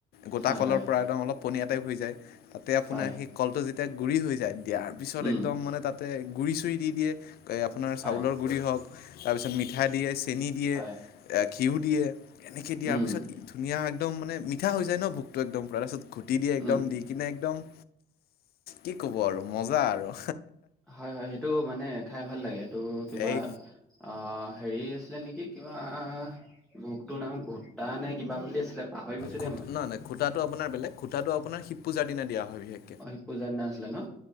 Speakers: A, on the left (about 65°); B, in the centre.
A: গোটা
B: হয়,
A: কলৰ
B: হয়,
A: পৰা একদম অলপ পনীয়া টাইপ হৈ যায় তাতে আপোনাৰ
B: হয়,
A: সেই কলটো যেতিয়া গুড়ি হৈ যায়। দিয়াৰ পিছত
B: উম,
A: একদম মানে তাতে গুড়ি- চুৰি দি দিয়ে আপোনাৰ
B: হয়,
A: চাউলৰ গুড়ি হওক তাৰপিছত মিঠাই দিয়ে, চেনি দিয়ে,
B: হয়,
A: ঘিউ দিয়ে। এনেকৈ দিয়াৰ
B: উম,
A: পিছত ধুনীয়া একদম মানে মিঠা হৈ যায় ন ভোকটো একদম পূৰা তাৰপিছত ঘুটি দিয়ে একদম
B: উম,
A: দি <unintelligible> কিনে একদম কি কব আৰু মজা আৰু।
B: হয়-হয় সেইটো মানে খাই ভাল লাগে সেইটো কিবা
A: এই
B: অ, হেৰি আছিলে নেকি কিবাগ্ৰুপটোৰ নাম ঘোটা নে কিবা বুলি আছিলে। পাহৰি গৈছো
A: খু
B: দেই মই
A: নাই খুটাটো আপোনাৰ বেলেগ খুটাটো আপাৰ শিট পূজাৰ দিনা দিয়া হয় বিশেষক।
B: অ, শিট পূজাৰ দিনা আছিলে ন,